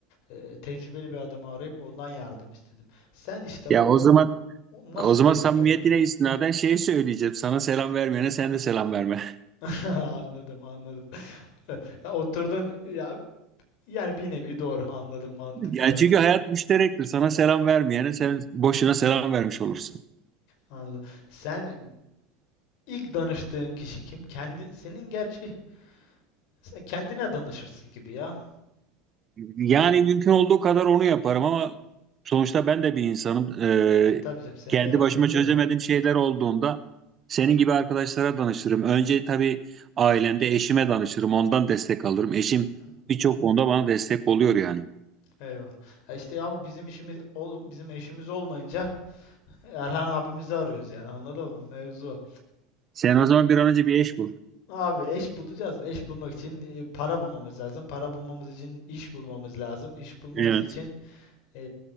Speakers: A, on the left (about 65°); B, on the right (about 30°).
A: e, tecrübeli bir adamı arayıp ondan yardım istedim. Sen işte
B: Ya
A: o,
B: o zaman
A: o nasıl
B: o zaman
A: bir destek
B: samimiyetine
A: oluyorsun?
B: istinaden şey söyleyeceğim. Sana selam vermeyene sen de selam verme.
A: <laughs> Anladım, anladım. <laughs> Ya oturdun ya yani bir nevi doğru anladım mantıklı.
B: Ya çünkü hayat müşterektir. Sana selam vermeyene sen boşuna selam vermiş olursun.
A: Anladım. Sen ilk danıştığın kişi kim? Kendi senin gerçi sen kendine danışırsın gibi ya.
B: Yani mümkün olduğu kadar onu yaparım ama sonuçta ben de bir insanım. Ee,
A: Evet tabii canım senin
B: kendi
A: de yardıma
B: başıma
A: ihtiyacın
B: çözemediğim
A: olur.
B: şeyler olduğunda senin gibi arkadaşlara danışırım. Önce tabii ailemde eşime danışırım. Ondan destek alırım. Eşim
A: Hı hı.
B: birçok konuda bana destek oluyor yani.
A: Eyvallah. Ya işte abi bizim işimiz ol- bizim eşimiz olmayınca Erhan abimizi arıyoruz yani anladın mı? Mevzu. o.
B: Sen o zaman bir an önce bir eş bul.
A: Abi eş bulacağız. Eş bulmak için e, para bulmamız lazım. Para bulmamız için iş bulmamız lazım. İş bulmamız
B: Evet.
A: için e,